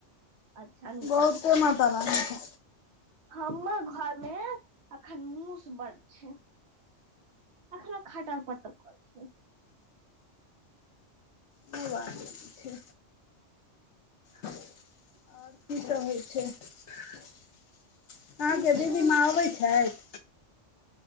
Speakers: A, on the right; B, on the left.
A: अच्छा
B: बहुते माता रानी के
A: हमर घर मे अखन मूस बड्ड छै एखनो खटर पटर करै छै
B: कोइ बात नै छै आओर की सभ होइ छै अहाँके
A: किछु
B: दीदी माँ आबै छैथ